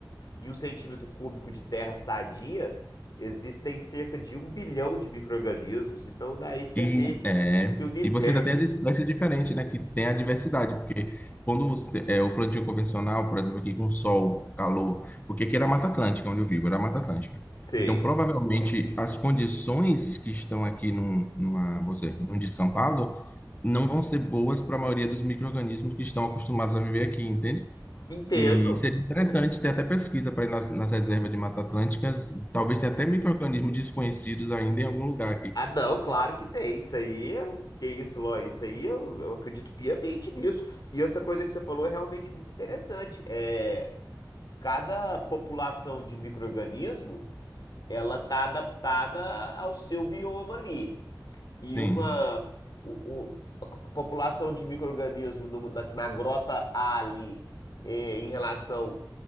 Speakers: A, on the left; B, on the left.
A: em um centímetro cúbico de terra sadia, existem cerca de um bilhão de micro-organismos. Então daí você
B: E,
A: vê
B: é,
A: esse universo.
B: e você ainda tem as espécies diferentes, né? Que tem a diversidade. Quando você, é, o plantio convencional, por exemplo, aqui com sol, calor, porque aqui era Mata Atlântica, onde eu vivo, era Mata Atlântica.
A: Sei.
B: Então, provavelmente, as condições que estão aqui num, numa, vou num descampado não vão ser boas para a maioria dos micro-organismos que estão acostumados a viver aqui, entende?
A: Entendo.
B: E seria interessante ter até pesquisa para ir nas, nas reservas de Mata Atlânticas, talvez tenha até micro-organismos desconhecidos ainda em algum lugar aqui.
A: Ah, não, claro que tem. Isso aí, é- que isso, Ló, isso aí eu, eu acredito piamente nisso. E essa coisa que você falou é realmente muito interessante. É, cada população de micro-organismo, ela tá adaptada ao seu bioma ali. E
B: Sim.
A: uma o, o- a c- população de micro-organismo no- na, na grota A ali, é, em relação